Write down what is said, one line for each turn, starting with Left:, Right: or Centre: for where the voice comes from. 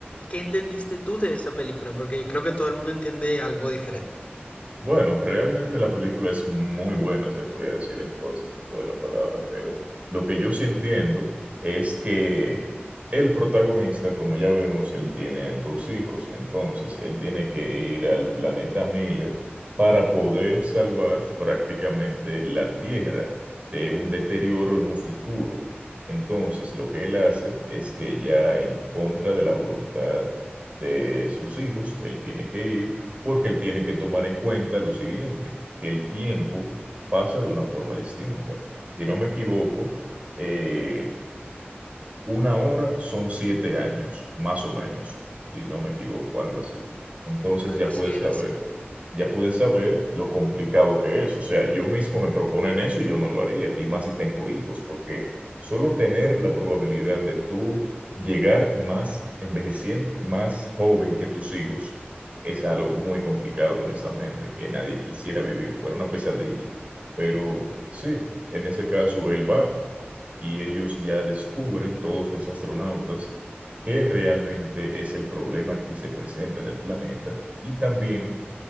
Left: qué entendiste tú de esa película, porque creo que todo el mundo entiende algo diferente.
Right: Bueno, realmente la película es muy buena, se podría decir en todo el sentido de la palabra, pero lo que yo sí entiendo es que el protagonista, como ya vemos, él tiene dos hijos, entonces él tiene que ir al planeta Miller para poder salvar prácticamente la Tierra de un deterioro en un futuro. Entonces, lo que él hace es que ya en contra de la voluntad de sus hijos, él tiene que ir porque él tiene que tomar en cuenta lo siguiente, que el tiempo pasa de una forma distinta. Si no me equivoco, eh, una hora son siete años, más o menos, si no me equivoco, algo así. Entonces
Left: Algo
Right: ya
Left: así
Right: puedes
Left: era,
Right: saber
Left: sí.
Right: ya pude saber lo complicado que es. O sea, yo mismo me proponen eso y yo no lo haría. Y más si tengo hijos, porque solo tener la probabilidad de tú llegar más envejeciente, más joven que tus hijos, es algo muy complicado, honestamente, que nadie quisiera vivir, fuera una pesadilla. Pero sí, en ese caso él va y ellos ya descubren, todos los astronautas, qué realmente es el problema que se presenta en el planeta y también